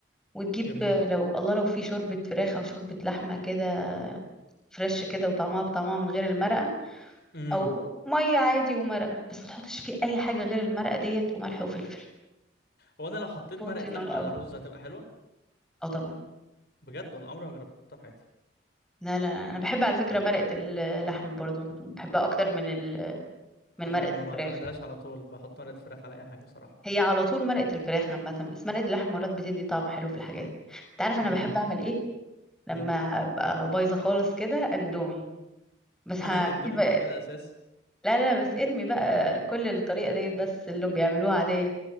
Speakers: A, in the centre; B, on the left (about 60°).
A: وتجيب
B: جميل
A: لو الله لو في شوربة فراخ أو شوربة لحمة كده فريش كده وطعمها بطعمها من غير المرقة
B: امم
A: أو مية عادي ومرقة بس ما تحطش فيه أي حاجة غير المرقة ديت وملح وفلفل
B: هو انا لو حطيت
A: توطي
B: مرقه
A: النار
B: لحمه
A: قوي
B: على الرز هتبقى حلوه
A: اه طبعا
B: بجد والله عمري ما جربتها في حياتي
A: لا لا لا أنا بحب على فكرة مرقة اللحم برضو بحبها أكتر من ال... من
B: انا
A: مرقة
B: انا ما
A: الفراخ
B: بعتمدهاش على طول بحط مرقه فراخ على اي حاجه بصراحه
A: هي على طول مرقة الفراخ عامة بس مرقة اللحم مرات بتدي طعم حلو في الحاجات انت عارف انا
B: امم
A: بحب اعمل ايه لما
B: ايه
A: ابقى بايظة خالص كده اندومي بس
B: ما
A: هسيب
B: <laughs> الاندومي
A: لا
B: كده كده اساسي
A: لا لا بس ارمي بقى كل الطريقة ديت بس اللي هم بيعملوها عادية